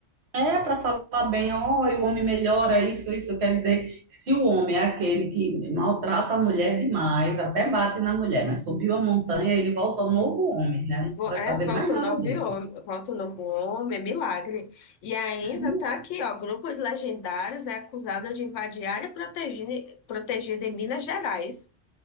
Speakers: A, on the right (about 65°); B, on the left (about 80°).
A: é para falar bem, ó, e o homem melhora isso, isso quer dizer que se o homem é aquele que maltrata a mulher demais, até bate na mulher, mas subiu a montanha, ele volta novo homem, né?
B: Vo-
A: Não vai
B: É,
A: fazer
B: volta
A: mais nada
B: o novo
A: disso.
B: homem,
A: ó.
B: volta o novo homem, é milagre. E ainda
A: <laughs> milagre.
B: tá aqui, ó, grupo de legendários é acusado de invadir área protegida, protegida em Minas Gerais.